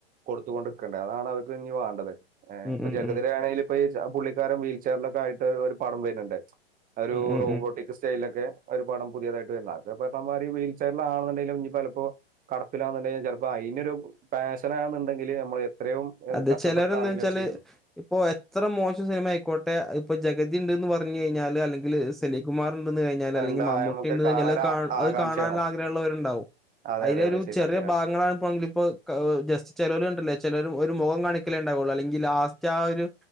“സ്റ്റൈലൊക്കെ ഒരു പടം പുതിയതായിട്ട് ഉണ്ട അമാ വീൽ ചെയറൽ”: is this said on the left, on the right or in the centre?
Right